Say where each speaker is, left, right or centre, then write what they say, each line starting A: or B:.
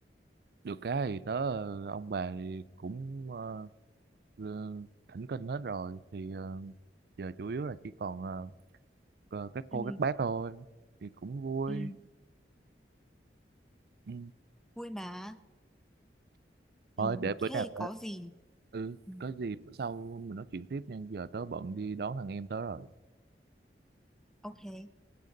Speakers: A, on the right; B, in the centre.
A: được cái thì tớ ờ, ông bà thì cũng ờ, lơ- thỉnh kinh hết rồi thì ờ, giờ chủ yếu là chỉ còn ờ, cờ- các cô
B: ừ,
A: các bác thôi thì cũng vui
B: ừ.
A: ừ.
B: vui mà Ừ,
A: thôi để bữa
B: thế
A: nào
B: thì có gì
A: ừ,
B: Ừ,
A: có gì bữa sau mình nói chuyện tiếp nha giờ tớ bận đi đón thằng em tớ rồi
B: ok